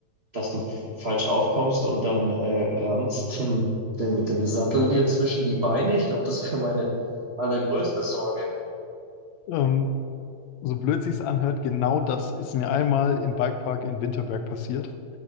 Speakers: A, on the right; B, on the left.
A: dass du f- falsch aufkommst und dann äh, rammst den, den, den Sattel dir zwischen die Beine. Ich glaube, das wäre meine allergrößte Sorge.
B: Ähm, so blöd sich's anhört, genau das ist mir einmal im Bikepark in Winterberg passiert.